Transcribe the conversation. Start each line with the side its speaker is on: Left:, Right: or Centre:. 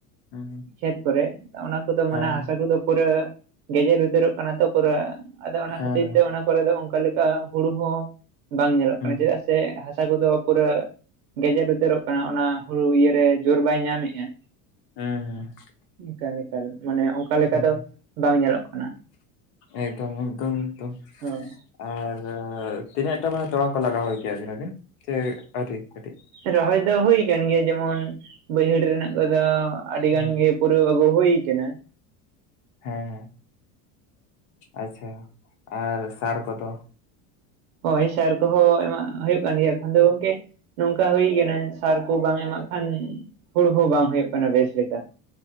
Left: ᱦᱩᱸ
Right: ᱠᱷᱮᱛ ᱠᱚᱨᱮ ᱚᱱᱟ ᱠᱚᱫᱚ
Left: ᱦᱮᱸ
Right: ᱢᱟᱱᱮ
Left: ᱦᱮᱸ
Right: ᱦᱟᱥᱟ ᱠᱚᱫᱚ ᱯᱩᱨᱟᱹ ᱜᱮᱡᱮᱨ ᱩᱛᱟᱹᱨᱚᱜ ᱠᱟᱱᱟ ᱛᱚ ᱠᱚ ᱟᱫᱚ ᱚᱱᱟ
Left: ᱦᱮᱸ
Right: ᱠᱷᱟᱹᱛᱤᱨ ᱛᱮ ᱚᱱᱟ ᱠᱚᱨᱮ ᱫᱚ ᱚᱱᱠᱟ ᱞᱮᱠᱟ ᱦᱩᱲᱩ ᱦᱚᱸ ᱵᱟᱝ ᱧᱮᱞᱚᱜ
Left: ᱦᱮᱸ
Right: ᱠᱟᱱᱟ ᱪᱮᱫᱟᱜ ᱥᱮ ᱦᱟᱥᱟ ᱠᱚᱫᱚ ᱯᱩᱨᱟᱹ ᱜᱮᱡᱮᱨ ᱩᱛᱟᱹᱨᱚᱜ ᱠᱟᱱᱟ ᱾ ᱠᱟᱱᱟ ᱚᱱᱟ ᱦᱩᱲᱩ ᱤᱭᱟᱹᱨᱮ ᱡᱳᱨ ᱵᱟᱭ ᱧᱟᱢᱮᱫᱼᱟ ᱾
Left: ᱦᱩᱸ ᱦᱩᱸ
Right: ᱮᱠᱟᱞ ᱮᱠᱟᱞ ᱢᱟᱱᱮ ᱚᱱᱠᱟ ᱞᱮᱠᱟ
Left: ᱦᱩᱸ
Right: ᱫᱚ ᱵᱟᱝ ᱧᱮᱞᱚᱜ ᱠᱟᱱᱟ ᱾
Left: ᱮᱠᱫᱚᱢ ᱮᱠᱫᱚᱢ ᱮᱠᱫᱚᱢ।
Right: ᱦᱳᱭ
Left: ᱟᱨ ᱛᱤᱱᱟᱹᱜᱴᱟ ᱢᱟᱱᱮ ᱛᱚᱲᱟ ᱠᱚ ᱞᱟᱜᱟᱣ ᱦᱩᱭ ᱠᱮᱭᱟᱤᱱ ᱟᱵᱤᱱ? ᱥᱮ ᱟᱣᱨᱤ ᱠᱟᱹᱴᱤᱡ ᱼᱼ
Right: ᱨᱚᱦᱚᱭ ᱫᱚ ᱦᱩᱭ ᱠᱟᱱ ᱜᱮᱭᱟ᱾ ᱡᱮᱢᱚᱱ ᱵᱟᱹᱭᱦᱟᱹᱲ ᱨᱮᱱᱟᱜ ᱠᱚᱫᱚ ᱟᱹᱰᱤ ᱜᱟᱱ
Left: ᱦᱮᱸ
Right: ᱜᱮ᱾ ᱯᱩᱨᱟᱹ ᱟᱜᱩ ᱦᱩᱭ ᱠᱟᱱᱟ ᱾
Left: ᱦᱮᱸ ᱦᱮᱸ ᱟᱪᱪᱷᱟ ᱟᱨ ᱥᱟᱨ ᱠᱚᱫᱚ
Right: ᱦᱳᱭ ᱥᱟᱨ ᱠᱚᱦᱚᱸ ᱮᱢᱟᱜ ᱦᱩᱭᱩᱜ ᱠᱟᱱ ᱜᱮᱭᱟ ᱮᱠᱷᱚᱱ ᱫᱚ ᱜᱚᱝᱠᱮ ᱱᱚᱝᱠᱟ ᱦᱩᱭ ᱠᱟᱱᱟ ᱾ ᱥᱟᱨ ᱠᱚ ᱵᱟᱝ ᱮᱢᱟᱜ ᱠᱷᱟᱱ ᱦᱩᱲᱩ ᱦᱚᱸ ᱵᱟᱝ ᱦᱩᱭᱩᱜ ᱠᱟᱱᱟ ᱵᱮᱥ ᱞᱮᱠᱟ ᱾